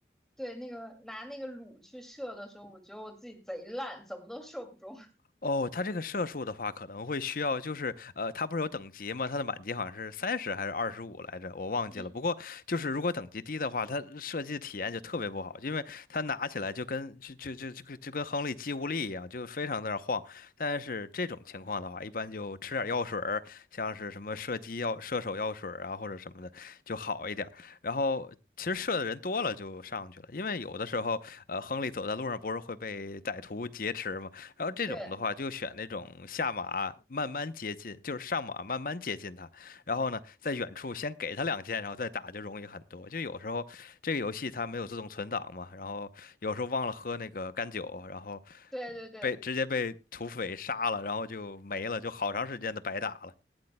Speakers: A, in the centre; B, on the left.
A: 对那个拿那个弩去射的时候，我觉得我自己贼烂，怎么都射不中。<laughs>
B: 哦，它这个射术的话，可能会需要，就是呃，它不是有等级吗？它的满级好像是三十还是二十五来着，我忘记了。
A: 嗯，
B: 不过就是如果等级低的话，它射击的体验就特别不好，因为它拿起来就跟就就就就跟就跟亨利肌无力一样，就非常在那儿晃。但是这种情况的话，一般就吃点药水儿，像是什么射击药、射手药水儿啊，或者什么的就好一点儿然后。其实射的人多了就上去了，因为有的时候，呃，亨利走在路上不是会被歹徒劫持吗？然后这种的话，
A: 对
B: 就选那种下马慢慢接近，就是上马慢慢接近他，然后呢，在远处先给他两箭，然后再打就容易很多。就有时候这个游戏它没有自动存档嘛，然后有时候忘了喝那个干酒，然后
A: 对对对
B: 被直接被土匪杀了，然后就没了，就好长时间的白打了。